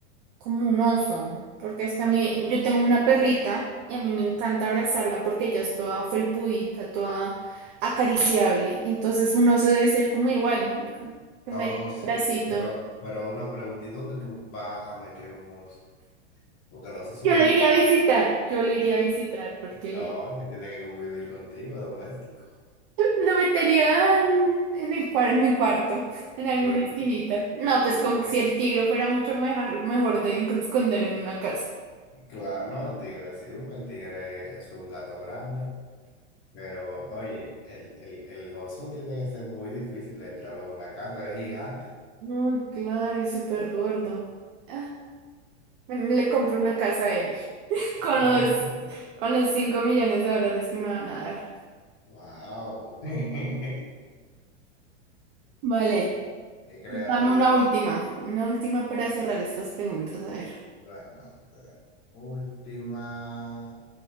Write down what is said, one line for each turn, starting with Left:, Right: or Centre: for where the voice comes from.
Right: como un oso. Porque es que a mí, yo tengo una perrita y a mí me encanta abrazarla porque ella es toda felpudita, toda acariciable. Entonces un oso debe ser como igual, ¿no? Como que
Left: Oh,
Right: me dé un
Left: sí,
Right: abracito.
Left: pero, pero una pregunta, ¿y dónde tú vas a meter un oso? Porque los osos son
Right: Yo
Left: muy
Right: lo iría
Left: grandes.
Right: a visitar, yo lo iría a visitar porque
Left: No, que tiene que convivir contigo, doméstico.
Right: Lo metería en, en el cuar- en mi cuarto, en alguna
Left: Pero
Right: esquinita.
Left: tú-
Right: No, pues
Left: tú-
Right: como si
Left: eh,
Right: el tigre fuera mucho mejor, mejor de enco- esconder en una casa.
Left: claro, no, el tigre sí, porque el tigre es un gato grande. Pero oye, el, el, el oso tiene que ser muy difícil de entrarlo en una casa, es gigante.
Right: No, claro, y súper gordo. Ah, bueno, le compro una casa a él. <laughs>
Left: <laughs>
Right: Con los, con los 5 millones de dólares que me van a dar.
Left: Wow. <laughs>
Right: Vale,
Left: Qué creativa.
Right: dame una última. Una última para cerrar estas preguntas. A ver.
Left: Bueno, la última.